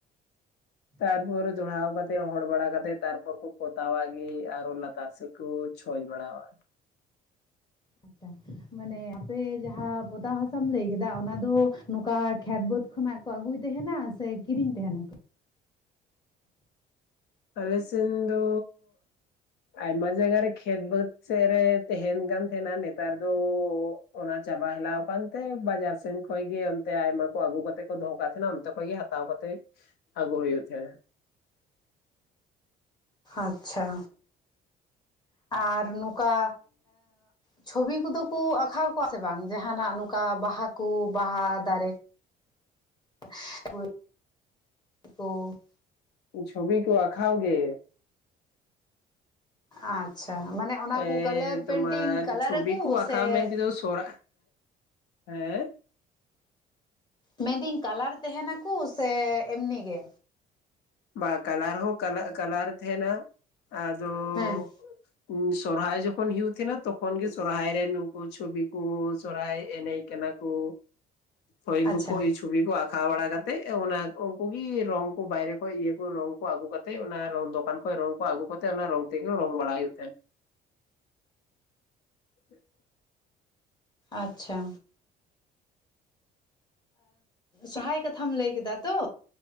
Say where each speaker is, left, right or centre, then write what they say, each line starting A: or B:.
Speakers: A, on the left; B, on the left.
A: ᱛᱟᱨ
B: ᱟᱪᱪᱷᱟ
A: ᱯᱚᱨ ᱫᱚᱲᱦᱟᱣ ᱠᱟᱜ ᱛᱮ ᱦᱚᱲ ᱵᱟᱲᱟ ᱠᱟᱛᱮᱫ ᱛᱟᱨᱯᱚᱨ ᱠᱚ ᱯᱚᱛᱟᱣᱟᱜ ᱜᱮ ᱟᱨᱚ ᱞᱟᱛᱟᱨ ᱥᱮᱫ ᱠᱚ ᱪᱷᱚᱪ ᱵᱟᱲᱟᱣ-ᱟ᱾
B: ᱟᱪᱪᱷᱟ ᱢᱟᱱᱮ ᱟᱯᱮ ᱡᱟᱸᱦᱟᱸ ᱯᱚᱛᱟᱣ ᱦᱟᱥᱟᱢ ᱞᱟᱹᱭ ᱠᱮᱫᱟ ᱚᱱᱟ ᱫᱚ ᱱᱚᱝᱠᱟ ᱠᱷᱮᱛ ᱵᱟᱹᱫ ᱠᱷᱚᱱᱟᱜ ᱠᱚ ᱟᱹᱜᱩᱭ ᱛᱟᱦᱮᱱᱟ ᱥᱮ ᱠᱤᱨᱤᱧ ᱛᱟᱦᱮᱱᱟᱠᱚ?
A: ᱟᱞᱮ ᱥᱮᱱ ᱫᱚ ᱟᱭᱢᱟ ᱡᱟᱭᱜᱟ ᱨᱮ ᱠᱷᱮᱛ ᱵᱟᱹᱫᱽ ᱥᱮᱫ ᱨᱮ ᱛᱟᱦᱮᱱ ᱠᱟᱱ ᱛᱟᱦᱮᱸᱱᱟ ᱱᱮᱛᱟᱨ ᱫᱚ ᱚᱱᱟ ᱪᱟᱵᱟ ᱦᱮᱞᱟᱣ ᱟᱠᱟᱱᱛᱮ ᱵᱟᱡᱟᱨ ᱥᱮᱱ ᱠᱷᱚᱱᱚᱡ ᱜᱮ ᱚᱱᱛᱮ ᱟᱭᱢᱟ ᱠᱚ ᱟᱹᱜᱩ ᱠᱟᱛᱮᱜ ᱠᱚ ᱫᱚᱦᱚ ᱟᱠᱟᱫ ᱛᱟᱦᱮᱱᱟ᱾ ᱚᱱᱛᱮ ᱠᱷᱚᱱᱚᱡ ᱜᱮ ᱦᱟᱛᱟᱣ ᱠᱟᱛᱮᱜ ᱟᱹᱜᱩ ᱦᱩᱭᱩᱜ ᱛᱟᱦᱮᱱᱟ᱾
B: ᱟᱪᱪᱷᱟ ᱟᱨ ᱱᱚᱝᱠᱟ <inaudible> ᱪᱷᱚᱵᱤ ᱠᱚᱫᱚ ᱠᱚ ᱟᱸᱠᱟᱣ ᱥᱮ ᱵᱟᱝ ᱡᱟᱸᱦᱟᱱᱟᱜ ᱱᱚᱝᱠᱟ ᱵᱟᱦᱟ ᱠᱚ ᱵᱟᱦᱟ ᱫᱟᱨᱮ᱾ <inaudible>
A: ᱪᱷᱚᱵᱤ ᱠᱚ ᱟᱠᱷᱟᱣ ᱜᱮ᱾
B: ᱟᱪᱪᱷᱟ ᱢᱟᱱᱮ ᱚᱱᱟ
A: ᱮ
B: ᱠᱚ ᱠᱟᱞᱟᱨ ᱯᱮᱱᱴᱤᱝ
A: ᱛᱳᱢᱟᱨ
B: ᱠᱟᱞᱟᱨ
A: ᱪᱷᱚᱵᱤ
B: ᱟᱠᱚ
A: ᱠᱚ
B: ᱥᱮ
A: ᱟᱸᱠᱟᱣ ᱢᱮᱱ ᱛᱮᱫᱚ ᱥᱚᱨ ᱦᱮᱸ
B: ᱢᱮᱱᱫᱟᱹᱧ ᱠᱟᱞᱟᱨ ᱛᱟᱦᱮᱱᱟᱠᱚ ᱥᱮ ᱮᱢᱱᱤ ᱜᱮ᱾
A: ᱵᱟ ᱠᱟᱞᱟᱨ ᱦᱚᱸ ᱠᱟ ᱠᱟᱞᱟᱨ ᱛᱮᱱᱟ ᱟᱫᱚ
B: ᱦᱮᱸ
A: <inaudible> ᱥᱚᱨᱦᱟᱭ ᱡᱚᱠᱷᱚᱱ ᱦᱳᱭᱳᱜ ᱛᱟᱦᱮᱱᱟ ᱛᱚᱠᱷᱚᱱ ᱜᱮ ᱥᱚᱨᱦᱟᱭ ᱨᱮ ᱱᱩᱠᱩ ᱪᱷᱚᱵᱤ ᱠᱚ ᱥᱚᱨᱦᱟᱭ ᱮᱱᱮᱡ ᱠᱟᱱᱟ ᱠᱩ᱾ ᱠᱩ
B: ᱟᱪᱪᱷᱟ
A: ᱪᱷᱚᱵᱤ ᱠᱚ ᱟᱸᱠᱟᱣ ᱵᱟᱲᱟ ᱠᱟᱛᱮᱜ ᱚᱱᱟ ᱩᱱᱠᱩ ᱜᱤ ᱨᱚᱝ ᱠᱚ ᱵᱟᱭᱨᱮ ᱠᱷᱚᱡ ᱤᱭᱟᱹ ᱠᱚ ᱨᱚᱝ ᱠᱚ ᱟᱹᱜᱩ ᱠᱟᱛᱮᱜ ᱚᱱᱟ ᱨᱚᱝ ᱫᱚᱠᱟᱱ ᱠᱷᱚᱱ ᱨᱚᱝ ᱠᱚ ᱟᱹᱜᱩ ᱠᱟᱛᱮᱜ ᱚᱱᱟ ᱨᱚᱝ ᱛᱮᱜᱮ ᱨᱚᱝ ᱵᱟᱲᱟ ᱦᱩᱭᱩᱜ ᱛᱟᱦᱮᱸᱱ᱾ <inaudible>
B: ᱟᱪᱪᱷᱟ ᱥᱚᱨᱦᱟᱭ ᱠᱟᱛᱷᱟᱢ ᱞᱟᱹᱭ ᱠᱮᱫᱟ ᱛᱚ᱾